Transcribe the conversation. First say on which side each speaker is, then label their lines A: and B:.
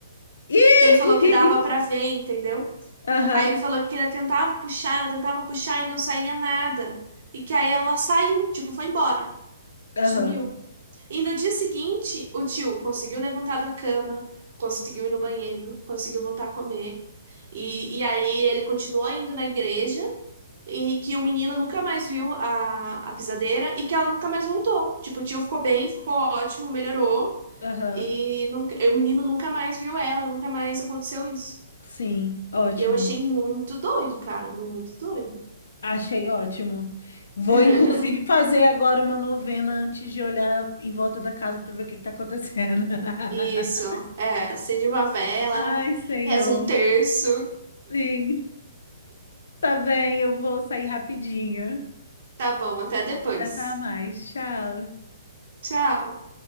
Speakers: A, on the left; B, on the right.
A: Ih,
B: que ele falou que dava
A: <laughs>
B: pra ver, entendeu?
A: Aham,
B: Aí ele falou que ela tentava puxar, ela tentava puxar e não saía nada. E que aí ela saiu, tipo, foi embora,
A: aham,
B: sumiu. E no dia seguinte, o tio conseguiu levantar da cama, conseguiu ir no banheiro, conseguiu voltar a comer. E, e aí ele continuou indo na igreja e que o menino nunca mais viu a, a pisadeira e que ela nunca mais voltou. Tipo, o tio ficou bem, ficou ótimo, melhorou.
A: aham.
B: E nunca, o menino nunca mais viu ela, nunca mais aconteceu isso.
A: Sim, ótimo.
B: E eu achei muito doido, cara, muito doido.
A: Achei ótimo. Vou,
B: <laughs>
A: inclusive, fazer agora uma novena antes de olhar em volta da casa para ver o que está acontecendo.
B: Isso,
A: <laughs>
B: é, acende uma vela,
A: Ai, Senhor.
B: reza um terço.
A: Sim, tá bem, eu vou sair rapidinho.
B: Tá bom, até
A: A
B: depois.
A: gente conversa mais. Tchau.
B: Tchau.